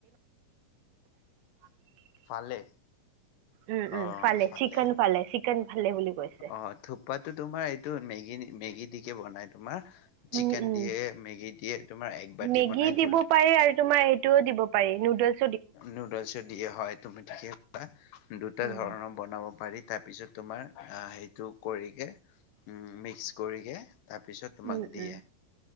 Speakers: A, on the right; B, on the left.
A: <unintelligible>
B: ফালে
A: উম উম
B: অ অ ফালে
A: চিকেন
B: অ
A: চিকেন ফালে বুলি কৈছে
B: অ থূপ পাতো তোমাৰ এইটো মেগি মেগী দিকে বনাই তোমাৰ চিকেন
A: উম উম
B: দিয়ে মেগী দিয়ে তোমাৰ এক বাতি
A: মেগী
B: বনাই
A: দিব
B: জুল
A: পাৰি আৰু তোমাৰ এই টো দিব পাৰি নুডেলচ
B: নুডলছে দিয়ে হয় তুমি থিকে কলা দুটা
A: উম
B: ধৰণৰ বনাব পাৰি তাৰপিছত তোমাৰ সেইটো কৰিকে উম মিক্স কৰিকে তাৰপিছত তোমাক
A: উম
B: দিয়ে
A: উম